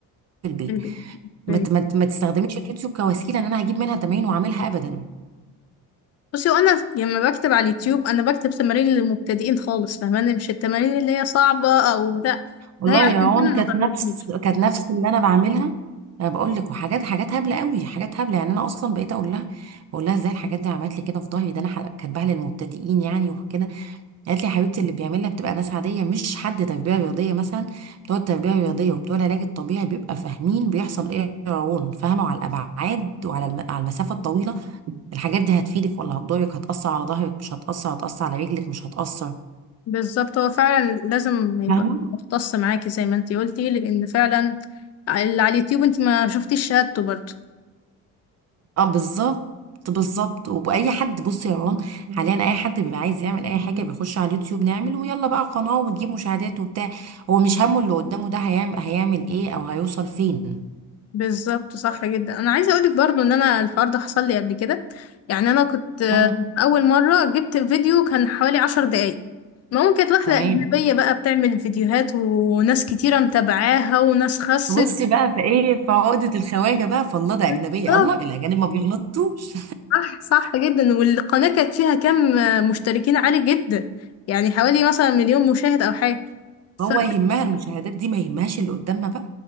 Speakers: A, on the right (about 45°); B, on the left (about 40°).
A: البيت
B: البيت.
A: ما
B: اوكي
A: ت- ما ت- ما تستخدميش اليوتيوب كوسيله ان انا هجيب منها تمارين واعملها ابدا
B: <laughs> بصي وانا لما بكتب على اليوتيوب انا بكتب تمارين للمبتدئين خالص فاهماني مش التمارين اللي هي صعبة او ده
A: والله
B: هي عشان
A: يا هون
B: كده
A: كانت
B: ما ضربتنيش
A: نفس كانت نفس اللي انا بعملها انا بقول لك وحاجات حاجات هبله قوي حاجات هبله يعني انا اصلا بقيت اقول لها بقول لها ازاي الحاجات دي عملت لي كده في ظهري ده انا ح- كاتباها للمبتدئين يعني وكده قالت لي يا حبيبتي اللي بيعملها بتبقى ناس عاديه مش حد تربيه رياضيه مثلا بتوع التربيه الرياضيه وبتوع العلاج الطبيعي بيبقى فاهمين بيحصل ايه روان فاهمه على الابعاد وعلى الم... على المسافه الطويله الحاجات دي هتفيدك ولا هتضرك هتاثر على ظهرك مش هتاثر هتاثر على رجلك مش هتاثر
B: بالظبط هو فعلا لازم يبقى
A: فاهمه
B: مختص معاكي زي ما انتي قلتي لان فعلا اللي على اليوتيوب انتي ما شفتيش شهادته برضه
A: اه بالظبط بالظبط وبأي حد بصي يا رون حاليا اي حد بيبقى عايز يعمل اي حاجه بيخش على اليوتيوب نعمل ويلا بقى قناه وتجيب مشاهدات وبتاع هو مش همه اللي قدامه ده هيعمل هيعمل ايه او هيوصل فين
B: بالظبط صح جدا انا عايزه اقولك برضو ان انا الحوار ده حصل لي قبل كده يعني انا كنت آه،
A: امم
B: اول مره جبت فيديو كان حوالي عشر دقايق المهم كانت واحده
A: تمام
B: اجنبيه بقى بتعمل فيديوهات وناس كتيره متابعاها وناس خست
A: بصي بقى في ايه في عقدة الخواجة بقى فالله ده
B: بالظبط،
A: أجنبية الله الأجانب ما بيغلطوش
B: صح صح جدا والقناه كانت فيها كم آه، مشتركين عالي جدا يعني حوالي مثلا مليون مشاهد او حاجه
A: <laughs>
B: ف
A: هو يهمها المشاهدات دي ما يهمهاش اللي قدامنا بقى